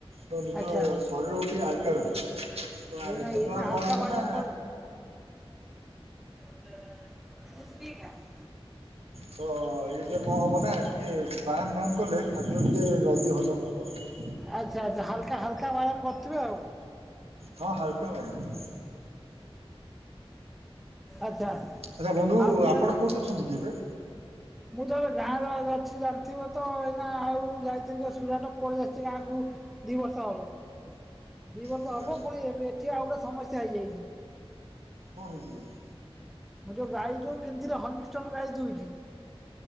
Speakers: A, on the right; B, in the centre.
A: ତ ନିଜ
B: ଆଚ୍ଛା
A: ଶରୀରକୁ ଟିକେ ହାଲକା ରଖିବେ।
B: ଏଇନା
A: ଏତଦ୍ଵାରା
B: ଏଇନା ହାଲକା
A: କଣ ହବ
B: ବ୍ୟାୟାମ
A: ନା।
B: କର <unintelligible>
A: ତ ଏବେ କଣ ହବ ନା, ଟିକେ ବାୟାମ ଫାୟାମ କଲେ ଖାଦ୍ୟ ଟିକେ ଜଲ ହଜମ ହବ ଆଉ।
B: ଆଚ୍ଛା, ଆଚ୍ଛା, ହାଲକା ହାଲକା ବାୟାମ କରିଥିବେ ଆଉ।
A: ହଁ, ହାଲକା ବାୟାମ।
B: ଆଚ୍ଛା।
A: ଆଚ୍ଛା ବନ୍ଧୁ,
B: ଆଉ ମୁଁ
A: ଆପଣ
B: ଏଇନା
A: କୋଉଠି ଅଛନ୍ତି କି ଏବେ।
B: ମୁଁ ତ ଗାଁରେ ଅଛି ଜାଣିଥିବ ତ ଏଇନା ଆଉ ମୁଁ ଯାଇଥିଲି ଯୋଉ ସୁରାଟ ପଳେଇ ଆସିଛି ଗାଁକୁ। ଦି ବର୍ଷ ହବ। ଦି ବର୍ଷ
A: ଆଚ୍ଛା
B: ହବ, ପୁଣି ଏବେ ଏଠି ଆଉ ଗୋଟେ ସମସ୍ୟା ହେଇଯାଇଛି।
A: କଣ ହେଇଛି?
B: ମୁଁ ଯୋଉ ଗାଈ ଯୋଉ କିଣିଥିଲି ହଲିଷ୍ଟନ୍ ଗାଈ ଦୁଇଟି।